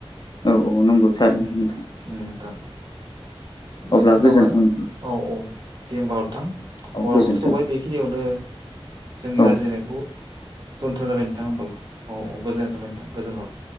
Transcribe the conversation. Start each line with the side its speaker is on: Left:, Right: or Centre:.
Left: नोंथां औ नंगौ थारैनो
Right: उम
Left: नोंथां
Right: उम नोंथां।
Left: अब्ला
Right: बेनि उनावहाय
Left: गोजोन्थों नोंथां
Right: औ औ दे होमबा नोंथां
Left: औ
Right: हरावथ'
Left: गोजोन्थों
Right: थाय बेखिनियावनो जोंनि
Left: औ
Right: रायज्लायनायखौ दोनथ्र'न जाबाय नोंथां होमबाल औ औ गोजोननाय थाबाय नोंथां गोजोन हर